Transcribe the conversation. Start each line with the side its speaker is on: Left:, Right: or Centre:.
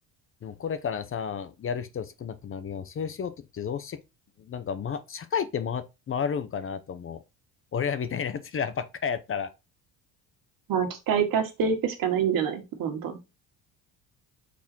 Left: でもこれからさ、やる人少なくなるやん。そういう仕事ってどうして、なんか、ま、社会って回、回るんかなと思う。俺らみたいな奴らばっかやったら。
Right: まあ、機械化していくしかないんじゃないどんどん。